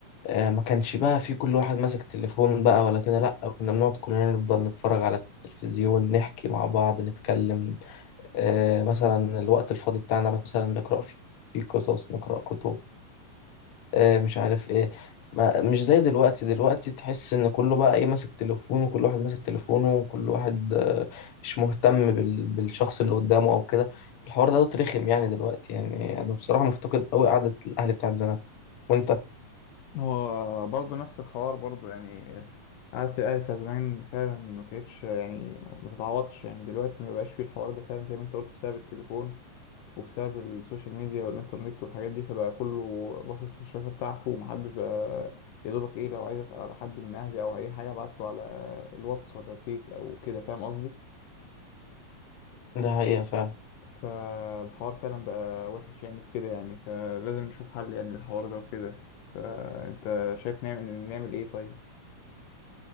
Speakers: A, on the left; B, on the left.
A: آه، ما كانش بقى في كل واحد ماسك تليفون بقى ولا كده لا كنا بنقعد كلنا نفضل نتفرج على التلفزيون نحكي مع بعض نتكلم آه، مثلا الوقت الفاضي بتاعنا مثلا نقرأ فيه فيه قصص نقرأ كتب آه، مش عارف ايه ما مش زي دلوقتي دلوقتي تحس ان كله بقى ايه ماسك تليفونه وكل واحد ماسك تليفونه وكل واحد آه، مش مهتم بال- بالشخص اللي قدامه او كده الحوار ده رخم يعني دلوقتي يعني انا بصراحة مفتقد قوي قعدة الاهل بتاعت زمان وانت
B: هو برضه نفس الحوار برضه يعني قعدة الأهل بتاع زمان فعلا ما كانتش يعني ما تتعوضش يعني دلوقتي ما بقاش فيه الحوار ده فعلا زي ما انت قلت بسبب التليفون وبسبب السوشيال ميديا والإنترنت والحاجات دي فبقى كله باصص في الشاشة بتاعته ومحدش بقى يا دوبك إيه لو عايز أسأل على حد من أهلي أو أي حاجة أبعتله على الواتس ولا الفيس أو كده فاهم قصدي؟
A: ده حقيقة فعلا
B: فالحوار فعلا بقى وحش يعني في كده يعني فلازم نشوف حل يعني للحوار ده وكده فأنت شايف نعمل نعمل إيه طيب؟